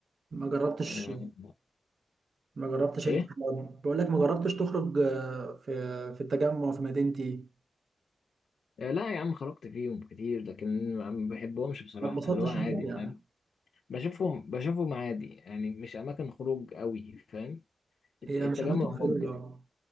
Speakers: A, on the right; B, on the left.
A: ما جربتش
B: آه،
A: ما جربتش
B: إيه؟
A: أنت بقول لك ما جربتش تخرج آه، في في التجمع في مدينتي
B: آه، لا يا عم خرجت فيهم كتير لكن ما بحبهمش بصراحة
A: ما اتبسطتش
B: اللي هو عادي
A: هناك يعني
B: فاهم بشوفهم بشوفهم عادي يعني مش أماكن خروج قوي فاهم الت-
A: هي
B: التجمع
A: مش أماكن خروج
B: ممكن
A: آه